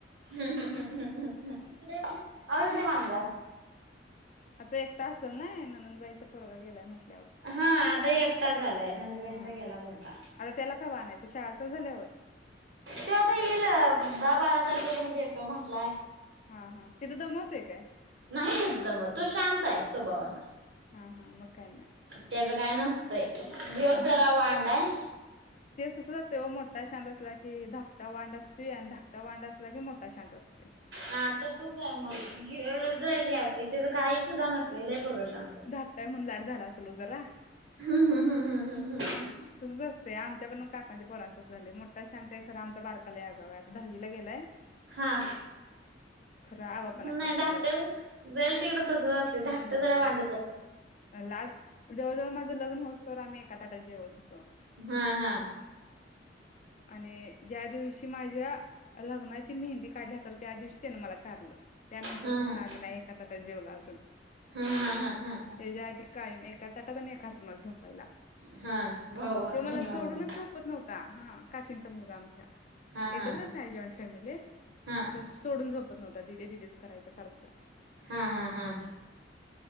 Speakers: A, on the right; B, on the left.
A: हम्म हम्म हम्म. हम्म हम्म हम्म. आल ते माांजार
B: आता एकट असेल नाय ननंद ताईचा पोरगा गेलाय म्हटल
A: हा आता एक झालाय नंदबाईंचा
B: हा.
A: गेला पोरगा
B: आता त्याला कवा आणायचं शाळा चालू झाल्यावर
A: तो आता येईल दहा बारा तारखेपर्यंत येतो म्हणटलाय
B: हा हा तिथं दमावतोय काय?
A: नाही तीथ दमवत तो शांत आहे स्वभावान
B: हा हा मग काय नाही.
A: त्याच काय नस ह्योच
B: हा
A: जरा
B: हा
A: वांड आहे
B: ते तसचं असतयं हो मोठा शांत असला ते धाकटा वांड अस ते धाकटं वांड असलं की मोठं मोठा शांत असतोय
A: हां तसचं आहे मग <unintelligible> तेजं काही सुद्धा नसतं लय पोरग शांत आहे.
B: धाकटा हाय म्हणून लाड झाला- जरा-
A: हम्म हम्म हम्म हम्म हम्म
B: तसचं असतयं आमच्या पण काकांच्या पोरांच- कसं झालयं मोठा शांत आहे खरं आमचा बारका लय आगाऊ आहे, आता दहावीला गेलायं
A: हां
B: आगावपणा
A: नाही
B: करतोय
A: धाकटं-
B: जरा
A: जाईल तिकडं तसचं असतयं, धाकटा
B: हा.
A: जरा वांड
B: लाड जवळजवळ माझं लग्न होईस्तोवर आम्ही एका ताटात जेवत हो
A: हां हां-
B: आणि ज्या दिवशी माझ्या लग्नाची मेहंदी काढली हातावर त्या दिवशी त्याने मला चाारलं त्यानंतर
A: हा
B: पासून
A: हा
B: आम्ही नाही एका ताटात जेवलो अजून
A: हा हा हा हा हा
B: त्याच्या आधी कायम एका ताट त्यात आणि एका अंथरुणात झोपायला त्यो
A: हा भाऊ
B: मला
A: बहिणी भावंड
B: सोडूनच झोपत नव्हता हा काकींचा मुलगा आमच्या
A: हा
B: एकत्रच
A: हा
B: आहे जॉइंट फॅमिली
A: हा
B: खर सोडून झोप एकत नव्हता, दीदे दीदेच करायचा सारखं.
A: हा हा हा